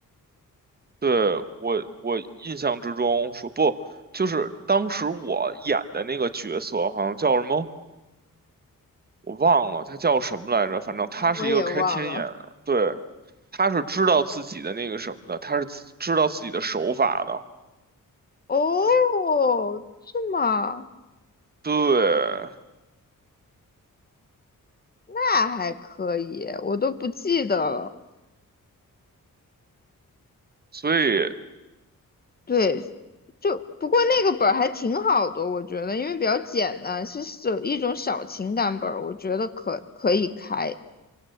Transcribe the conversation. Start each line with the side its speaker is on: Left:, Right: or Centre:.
Right: 对，我我印象之中说不，就是当时我演的那个角色好像叫什么，我忘了他叫什么来着，反正他是一个开天眼，
Left: 我也忘了，
Right: 对，他是知道自己的那个什么的，他是自知道自己的手法的，
Left: 哦，是吗？
Right: 对，
Left: 那还可以，我都不记得了。
Right: 所以
Left: 对，就不过那个本儿还挺好的，我觉得，因为比较简单，是有一种小情感本儿，我觉得可可以开，